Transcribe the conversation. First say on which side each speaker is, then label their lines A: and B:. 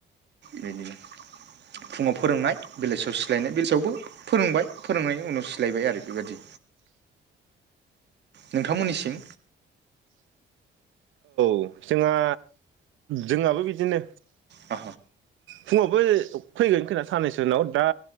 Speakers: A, on the right; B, on the right.
A: बिदिनो फुङाव फोरोंनाय बेलासियाव सिलायनाय बेलासियावबो फोरोंबाय फोरोंनायनि उनाव सिलायबाय आरो बेबादि। नोंथांमोननि सिम
B: औ जोंहा, जोंहाबो बिदिनो
A: अ
B: <inaudible> फुङावबो फैगोन खोना साननैसो उनाव दा